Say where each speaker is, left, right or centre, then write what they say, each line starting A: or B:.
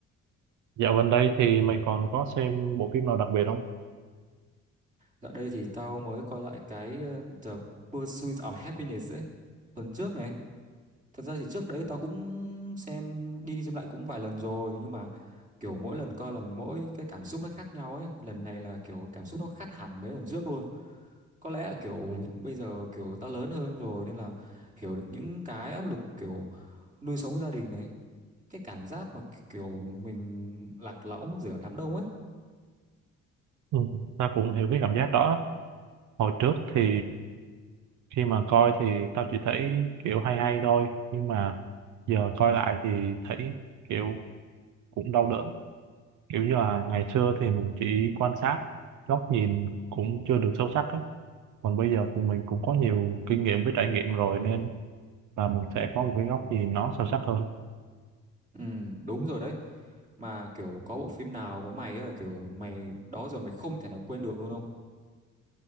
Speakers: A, on the right; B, on the right.
A: dạo gần đây thì mày còn có xem bộ phim nào đặc biệt không
B: dạo đây thì tao mới coi lại cái ờ, The Pursuit of Happiness ấy tuần trước này thật ra thì trước đấy tao cũng xem đi xem lại cũng vài lần rồi nhưng mà kiểu mỗi lần coi là mỗi cái cảm xúc nó khác nhau ấy lần này là kiểu cảm xúc nó khác hẳn mấy lần trước luôn có lẽ là kiểu bây giờ kiểu tao lớn hơn rồi nên là hiểu được những cái áp lực kiểu nuôi sống gia đình này cái cảm giác mà kiểu mình lạc lõng giữa đám đông ấy
A: ừ, ta cũng hiểu cái cảm giác đó hồi trước thì khi mà coi thì tao chỉ thấy kiểu hay hay thôi nhưng mà giờ coi lại thì thấy kiểu cũng đau đớn kiểu như là ngày xưa thì mình chỉ quan sát góc nhìn cũng chưa được sâu sắc ấy còn bây giờ thì mình cũng có nhiều kinh nghiệm với trải nghiệm rồi nên là mình sẽ có một cái góc nhìn nó sâu sắc hơn
B: ừ đúng rồi đấy mà kiểu có bộ phim nào với mày ấy là kiểu mày đó giờ mày không thể nào quên được luôn không